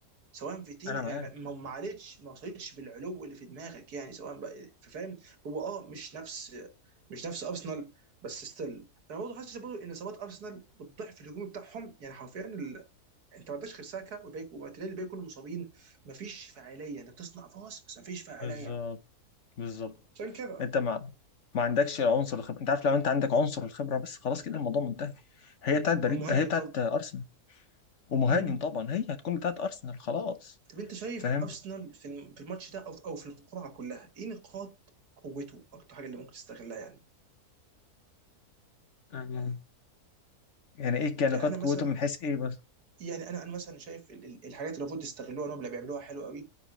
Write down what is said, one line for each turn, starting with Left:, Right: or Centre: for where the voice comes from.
Right: سواء فيتين
Left: انا معاك
Right: ما ما علتش ما وصلتش بالعلو اللي في دماغك يعني سواء بقى فاهم هو اه مش نفس مش نفس ارسنال بس ستيل انا برضه حاسس برضه ان اصابات ارسنال والضعف الهجومي بتاعهم يعني حرفيا ال... انت ما عندكش غير ساكا وباك ومارتينيلي الباقي كلهم مصابين ما فيش فاعليه انت بتصنع فرص بس ما فيش فاعليه
Left: بالظبط بالظبط
Right: عشان كده
Left: انت ما ما عندكش عنصر الخبره انت عارف لو انت عندك عنصر الخبره بس خلاص كده الموضوع منتهي هي بتاعت بريد
Right: هو مهاجم
Left: هي بتاعت
Right: برضه
Left: ارسنال ومهاجم
Right: امم
Left: طبعا هي هتكون بتاعت ارسنال خلاص
Right: طب انت شايف
Left: فاهم
Right: ارسنال في الم- في الماتش ده او او في القرعه كلها ايه نقاط قوته اكتر حاجه اللي ممكن تستغلها يعني
Left: آه. يعني ايه كان نقاط
Right: يعني انا
Left: قوته
Right: مثلا
Left: من حيث ايه بس
Right: يعني انا انا مثلا شايف ال- ال- الحاجات اللي المفروض يستغلوها نوبل بيعملوها حلو قوي